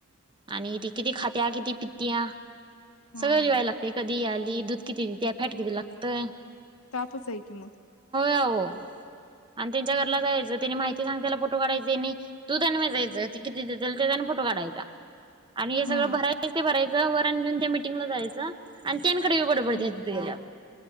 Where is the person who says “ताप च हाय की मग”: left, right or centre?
Left